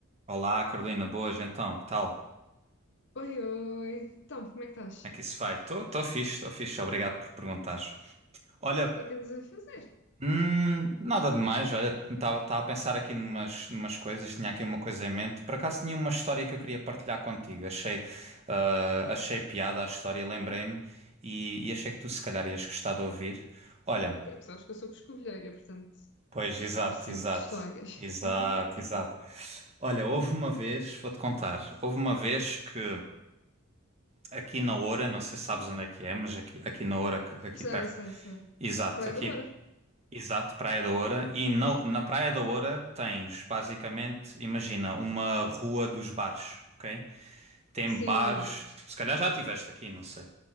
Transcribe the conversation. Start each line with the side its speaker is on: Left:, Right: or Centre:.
Right: Olá, Carolina, boas, então, que tal? Como
Left: Oi, oi. Então, como é que estás?
Right: é
Left: O
Right: que isso vai? Estou fixe, estou fixe, obrigado por perguntares. Olha,
Left: que é que andas a fazer?
Right: hum, nada demais, olha, estava a pensar aqui numas, numas coisas, tinha aqui uma coisa em mente. Por acaso tinha uma história que eu queria partilhar contigo, achei, ah, achei piada a história, lembrei-me e, e achei que tu se calhar ias gostar de ouvir. Olha,
Left: Pois, tu sabes que eu sou coscovilheira, portanto,
Right: pois, exato,
Left: eu gosto sempre
Right: exato,
Left: de histórias.
Right: exato,
Left: <laughs>
Right: exato. Olha, houve uma vez, vou-te contar, houve uma vez que. Aqui na Oura, não sei se sabes onde é que é, mas aqui, aqui na Oura, aqui
Left: Sei,
Right: perto.
Left: sei, sei.
Right: Exato,
Left: Praia
Right: aqui,
Left: da Oura.
Right: exato, Praia da Oura. E na, na Praia da Oura tens, basicamente, imagina, uma rua dos bares, ok? Tem
Left: Sim,
Right: bares,
Left: já.
Right: se calhar já tiveste aqui, não sei.